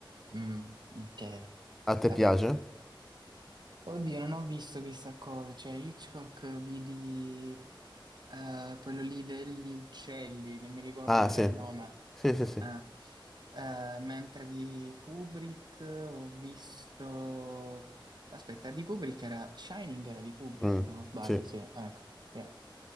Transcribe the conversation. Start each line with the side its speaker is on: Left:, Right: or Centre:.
Right: Mm, ok,
Centre: A te
Right: vabbè.
Centre: piace?
Right: Oddio, non ho visto chissà cosa, cioè Hitchcock vidi eh, quello lì degli uccelli, non mi ricordo
Centre: Ah,
Right: ora
Centre: sì.
Right: il nome.
Centre: Sì, sì, sì.
Right: Ah. Eh, mentre di Kubrick ho visto... Aspetta, di Kubrick era... Shining era di Kubrick,
Centre: Mm,
Right: se non sbaglio,
Centre: sì.
Right: sì, ecco. sì.